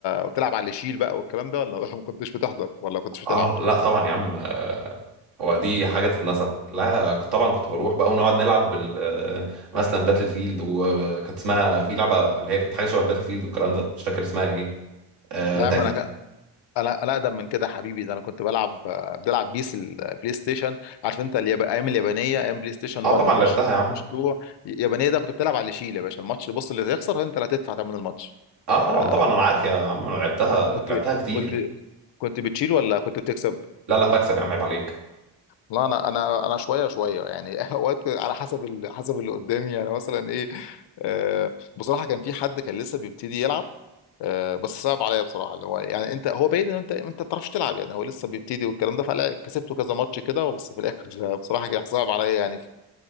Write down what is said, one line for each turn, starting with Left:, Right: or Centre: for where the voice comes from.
Left: وتلعب على اللي يشيل بقى والكلام ده ولا <laughs> ما كنتش بتحضر ولا كنتش بتلعب
Right: اه لا طبعا يا عم آه، هو دي حاجه تتنسى لا كنت- طبعا كنت بروح بقى ونقعد نلعب بال آه، مثلا باتل فيلد وكانت اسمها في لعبه اللي هي كانت حاجه شبه باتل فيلد والكلام ده مش فاكر اسمها ايه آه
Left: لا
Right: انت
Left: يا عم
Right: اكيد
Left: انا ك- انا انا اقدم من كده يا حبيبي ده انا كنت بلعب بلعب بيس البلاي ستيشن عارف انت الياب... ايام اليابانيه ايام بلاي ستيشن
Right: اه
Left: 1
Right: طبعا
Left: مش
Right: لعبتها يا عم
Left: مش 2 اليابانيه ده كنت بتلعب على اللي يشيل يا باشا الماتش بص اللي هيخسر انت اللي هتدفع ثمن الماتش
Right: اه
Left: آه...
Right: طبعا طبعا انا عارف يا عم انا لعبتها
Left: كنت
Right: لعبتها كتير
Left: كنت كنت بتشيل ولا كنت بتكسب؟
Right: لا لا بكسب يا عم عيب عليك
Left: لا انا انا انا شويه شويه يعني <laughs> اوقات على حسب ال... حسب اللي قدامي يعني مثلا ايه آه... بصراحه كان في حد كان لسه بيبتدي يلعب آه، بس صعب عليا بصراحه اللي هو يعني انت هو باين ان انت انت ما بتعرفش تلعب يعني هو لسه بيبتدي والكلام ده فلا كسبته كذا ماتش كده بس في الاخر <laughs> بصراحه كان صعب عليا يعني